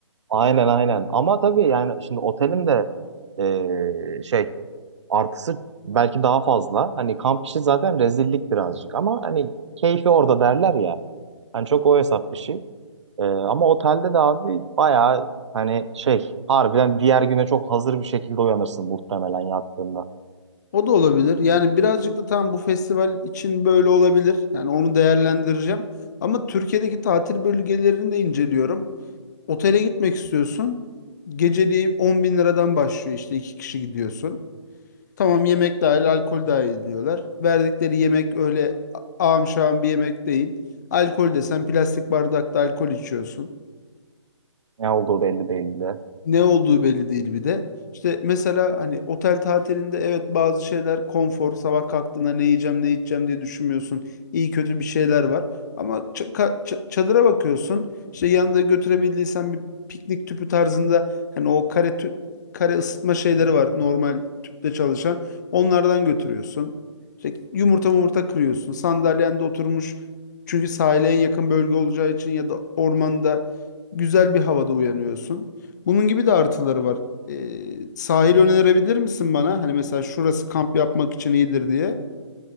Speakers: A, on the right; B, on the left.
A: aynen aynen ama tabii yani şimdi otelim de e, şey Artısı belki daha fazla. Hani kamp işi zaten rezillik birazcık ama hani keyfi orada derler ya. Hani çok o hesap işi Ee, ama otelde de abi bayağı hani şey harbiden diğer güne çok hazır bir şekilde uyanırsın muhtemelen yattığında.
B: O da olabilir. Yani birazcık da tam bu festival için böyle olabilir. Yani onu değerlendireceğim. Ama Türkiye'deki tatil bölgelerini de inceliyorum. Otele gitmek istiyorsun. Geceliği 10 bin liradan başlıyor işte iki kişi gidiyorsun. Tamam yemek dahil, alkol dahil diyorlar. Verdikleri yemek öyle a- ağam şağım bir yemek değil. Alkol desen plastik bardakta alkol içiyorsun.
A: Ne olduğu belli değil bile.
B: Ne olduğu belli değil bir de. İşte mesela hani otel tatilinde evet bazı şeyler konfor, sabah kalktığında ne yiyeceğim ne içeceğim diye düşünmüyorsun. İyi kötü bir şeyler var. Ama ç- ka- ç- çadıra bakıyorsun. İşte yanında götürebildiysen bir piknik tüpü tarzında hani o kare tü- kare ısıtma şeyleri var normal tüple çalışan. Onlardan götürüyorsun. İşte yumurta yumurta kırıyorsun. Sandalyende oturmuş çünkü sahile en yakın bölge olacağı için ya da ormanda güzel bir havada uyanıyorsun. Bunun gibi de artıları var. Ee, sahil önerebilir misin bana? Hani mesela şurası kamp yapmak için iyidir diye.